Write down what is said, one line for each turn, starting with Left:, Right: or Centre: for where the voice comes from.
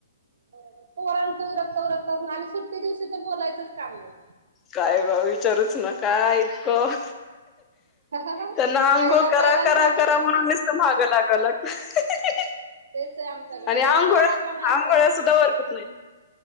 Right: बरोबर पोरांचं उरकता उरकता ना आणि सुट्टी दिवशी तर बोलायचंच काम नाही.
Left: काय बा विचारूच नका काय इतकं
Right: खायला
Left: त्यांना अंगोळ करा
Right: प्यायला आणि
Left: करा
Right: भांडी
Left: करा
Right: घासा
Left: म्हणून निसतं मागं लागावं लागतं.
Right: तेच आहे आमच्याकडं
Left: आणि आंघोळ
Right: रविवार असला ना अकरा
Left: आंघोळ्या सुद्धा वरकत नाही